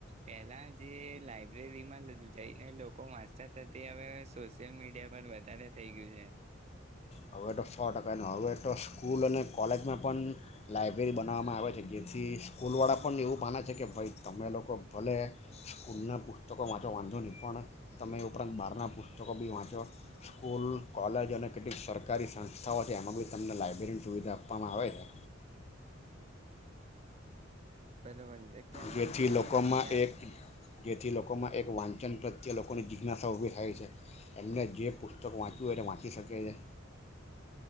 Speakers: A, on the right; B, on the left.
A: પેલા જે લાઈબ્રેરીમાં જઈને લોકો વાંચતા તે હવે સોશિયલ મીડિયા પર વધારે થઈ ગયું છે
B: હવે તો સો ટકા ન હવે તો સ્કૂલ અને કોલેજમાં પણ લાયબ્રેરી બનાવવામાં આવે છે જેથી સ્કૂલવાળા પણ એવું માને છે કે ભાઈ તમે લોકો ભલે સ્કૂલનાં પુસ્તકો વાંચો વાંધો નહીં પણ તમે એ ઉપરાંત બહારના પુસ્તકો બી વાંચો સ્કૂલ કોલેજ અને કેટલીક સર સરકારી સંસ્થાઓ છે એમાં બ તમને લાયબ્રેરીની સુવિધા આપવામાં આવે છે
A: બરોબર ક્યારે
B: જેથી
A: એ કે
B: લોકોમાં
A: જે
B: એક જેથી લોકોમાં એક વાંચન પ્રત્યે લોકોની જિજ્ઞાસા ઊભી થાય છે એમને જે પુસ્તક વાંચવું હોય એ વાંચી શકે છે